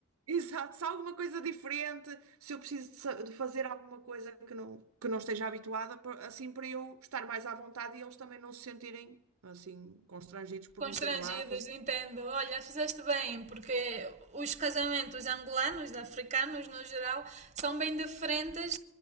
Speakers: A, on the right; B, on the right.
A: Exato, se há alguma coisa diferente, se eu preciso de, sa- de fazer alguma coisa que não, que não esteja habituada, pa- assim para eu estar mais à vontade e eles também não se sentirem assim constrangidos por
B: Constrangidos,
A: me ter lá a fazer.
B: entendo. Olha, fizeste bem, porque os casamentos angolanos, africanos no geral, são bem diferentes